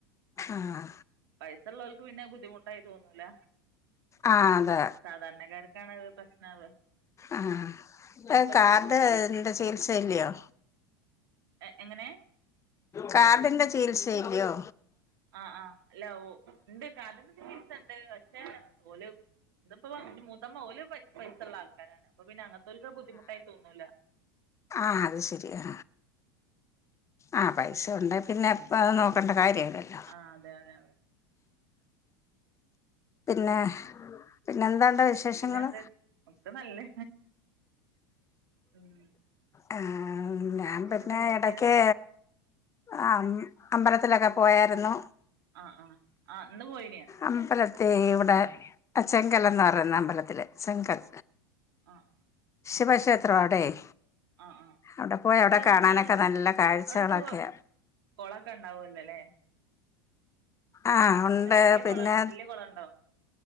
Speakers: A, on the left; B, on the right.
A: ആഹ്‌
B: പൈസ ഉള്ളവർക്ക് പിന്നെ ബുദ്ധിമുട്ടായി തോന്നൂല
A: ആഹ് അതെ
B: സാധാരണക്കാർക്കാണ് അത് പ്രശ്നാവ
A: ആ ഇപ്പ കാർഡ്ന്റെ ചികിത്സല്ലയോ
B: എ എങ്ങനെ
A: കാർഡിന്റെ ചികിത്സല്ലയോ
B: ആഹ് ആ അല്ല ഓ ഒണ്ട് കാ ർഡിന്റെ പക്ഷെ ഓല് ഇതിപ്പോ ന്റെ മൂത്തമ്മ ഓല് പൈസുള്ള ആൾക്കാരാണ് അപ്പ പിന്ന അങ്ങനത്തോരിക്ക് ഒരു ബുദ്ധിമുട്ടായി തോന്നൂല്ല
A: ആ അത് ശരിയാ ആ പൈസ ഒണ്ടെ പിന്നെ അത് നോക്കേണ്ട കാര്യല്ലല്ലോ
B: ആ അതെ അതെ
A: പിന്നെ പിന്നെ എന്താണ്ടോ വിശേഷങ്ങള്
B: പിന്നെ എന്ത് ഒക്കെ നല്ലേ ഉം
A: ആ ഞാൻ
B: പിന്നെപ്പ
A: പിന്നെ
B: എന്തൊക്കെയാ
A: എടക്കേ ആ അമ്പലത്തിലൊക്കെ പോയാരുന്നു
B: ആഹ് ആഹ് ആഹ്‌ ഇന്ന് പോയിനോ
A: അമ്പലത്തി ഇവിടെ ചെങ്കൽന്ന് പറയുന്ന അമ്പലത്തില് ചെങ്കൽ
B: ആഹ്
A: ശിവക്ഷേത്രം അടെയാ
B: ആഹ് ആഹ്
A: അവിടെ പോയി അവിടെ കാണാനൊക്കെ
B: എന്താ ഇങ്ങക്ക്
A: നല്ല കാഴ്ചകളൊക്കെയ
B: അവിടെ പോ കൊളൊക്കെ ഉണ്ടാവുല്ലോല്ലേ
A: ആഹ് ഒണ്ട്
B: വല്യ
A: പിന്നെ
B: കുളം വല്യ കുളം ഉണ്ടോ